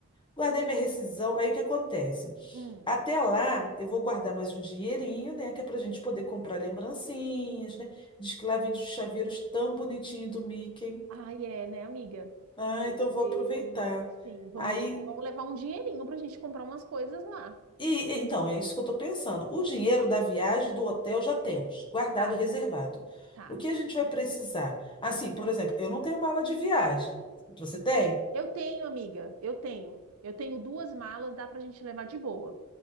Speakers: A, on the left; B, on the right.
A: guardei minha rescisão. Aí o que acontece?
B: Hum.
A: Até lá, eu vou guardar mais um dinheirinho, né? Que é pra gente poder comprar lembrancinhas, né? Diz que lá vende os chaveiros tão bonitinhos do Mickey.
B: Ai, é, né, amiga?
A: Ah,
B: Meu
A: então
B: Deus
A: vou aproveitar.
B: do céu. Sim, vamos,
A: Aí,
B: vamos levar um dinheirinho pra gente comprar umas coisas lá.
A: e então, é isso que eu tô pensando. O dinheiro da viagem, e do hotel, já temos, guardado,
B: Tá,
A: reservado.
B: tá.
A: O que a gente vai precisar? Assim, por exemplo, eu não tenho mala de viagem. Você tem?
B: Eu tenho, amiga, eu tenho. Eu tenho duas malas, dá pra gente levar de boa.